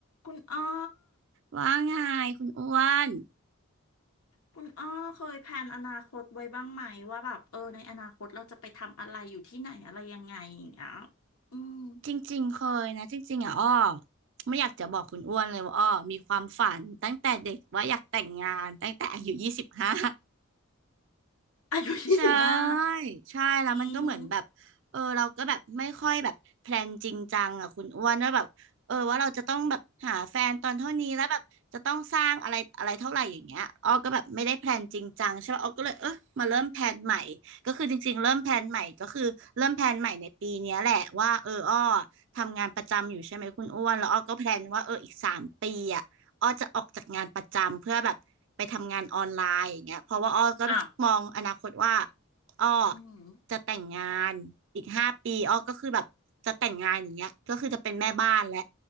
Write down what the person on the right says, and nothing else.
ว่าไงคุณอ้วน
จริงๆเคยนะจริงๆอ่ะอ้อไม่อยากจะบอกคุณอ้วนเลยว่าอ้อมีความฝันตั้งแต่เด็กว่าอยากแต่งงานตั้งแต่อายุยี่สิบห้า
ใช่ใช่แล้วมันก็เหมือนแบบเออเราก็แบบไม่ค่อยแบบแพลนจริงจังอ่ะคุณอ้วนว่าแบบเออว่าเราจะต้องแบบหาแฟนตอนเท่านี้แล้วแบบจะต้องสร้างอะไรอะไรเท่าไหร่อย่างเงี้ยอ้อก็แบบไม่ได้แพลนจริงจังใช่ป่ะอ้อก็เลยเออมาเริ่มแพลนใหม่ก็คือจริงๆเริ่มแพลนใหม่ก็คือเริ่มแพลนใหม่ในปีเนี้ยแหละว่าเอออ้อ
ทำงานประจำอยู่ใช่ไหมคุณอ้วนแล้วอ้อก็แพลนว่าเอออีกสามปีอ่ะ อ้อจะออกจากงานประจำเพื่อแบบไปทำงานออนไลน์อย่างเงี้ยเพราะว่าอ้อก็มองอนาคตว่า
อ้อ
จะแต่งงานอีกห้าปีอ้อก็คือแบบจะแต่งงานอย่างเงี้ยก็คือจะเป็นแม่บ้านและ